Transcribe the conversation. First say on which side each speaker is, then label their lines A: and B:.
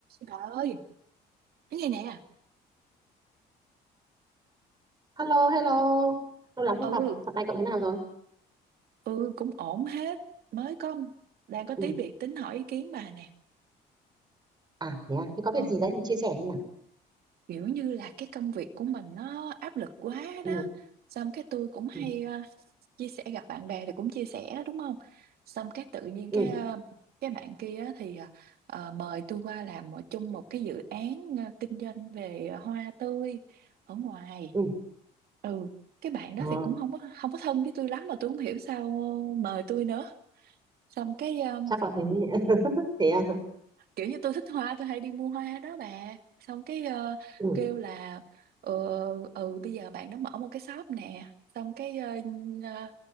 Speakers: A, on the right (about 65°); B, on the right (about 25°).
A: Bà ơi, cái này nè.
B: Hello, hello. Lâu lắm không
A: ừ
B: gặp. Dạo này cậu thế nào rồi?
A: ừ cũng ổn hết mới có đang có
B: Ừ.
A: tí việc tính hỏi ý kiến bà nè
B: À thế à, thế có việc
A: ừ
B: gì đấy mình chia sẻ đi nào.
A: kiểu như là cái công việc của mình nó áp lực quá
B: Ừ,
A: đó xong cái tôi cũng hay
B: ừ,
A: ờ, chia sẻ gặp bạn bè thì cũng chia sẻ đó, đúng không xong cái tự nhiên
B: ừ,
A: cái ờ, cái bạn kia á thì ờ, ờ, mời tôi qua làm một- chung một cái dự án ờ, kinh doanh về hoa tươi ở ngoài
B: ừ.
A: ừ cái bạn
B: Ờ,
A: đó thì cũng không có không có thân với tôi lắm mà tôi không hiểu sao mời tôi nữa xong cái ờ,
B: chắc là thế. <laughs> thế à.
A: kiểu như tôi thích hoa tôi hay đi mua hoa đó bà xong cái ờ,
B: Ừ,
A: kêu là ừ, ừ bây giờ bạn nó mở một cái shop nè xong cái ờ, ờ,